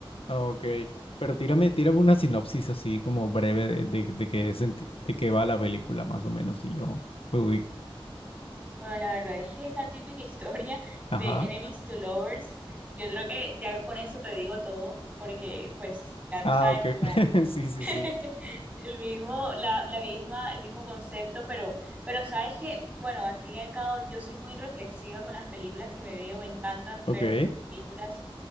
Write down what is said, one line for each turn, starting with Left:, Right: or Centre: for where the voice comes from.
Left: Ah, Ok, pero tírame, tírame una sinopsis así como breve de, de, de qué senti- de qué va la película más o menos y yo me ubico.
Right: Bueno, la verdad es que es la típica <laughs> historia
Left: Ajá.
Right: de Enemies to Lovers. Yo creo que ya con eso te digo todo, porque pues ya
Left: Ah,
Right: tú sabes
Left: ok.
Right: como
Left: <laughs> Sí, sí,
Right: <laughs>
Left: sí.
Right: el mismo, la, la misma, el mismo concepto, pero, pero sabes que, bueno, al fin y al cabo yo soy muy reflexiva con las películas que me veo, me encanta
Left: Ok.
Right: ver muchas películas